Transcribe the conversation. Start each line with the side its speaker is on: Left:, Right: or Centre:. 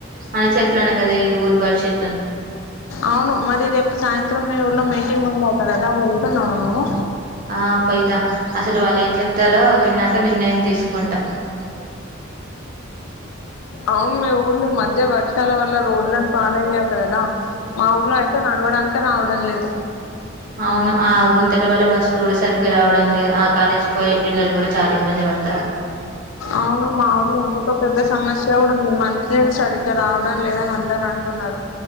Right: మన చేతిలోనే కదా ఈ ఊరి భవిష్యత్తు ఉంది
Left: అవును మరి రేపు సాయంత్రం మీ ఊర్లో మీటింగ్ ఉండట కదా ప నాలుగు
Right: ఆ పోయితా అసలు వాళ్ళు ఏం చెప్తారో విన్నాక నిర్ణయం తీసుకుంటా ఓహో
Left: అవును మీ ఊర్లు మధ్య వర్షాల వల్ల రోడ్లలను పాడయ్యాారు కదా మా ఊర్లో అయితే నడవడానిక రావడం లేదు
Right: అవును ఆ గుంతెల వల్ల బస్సులు కూడా సరిగ్గా రావడం లేదు ఆ కాలేజ్కి పోయే పిల్లలు కూడా చాలా ఇబ్బంది పడతారు
Left: అవును మాఊలు ఇంకొక పెద్ద సమస్య కూడా ఉంది మంచిినళ్ళ సరిగ్గా రావడం చూ లేదని అందరు అంటున్నారు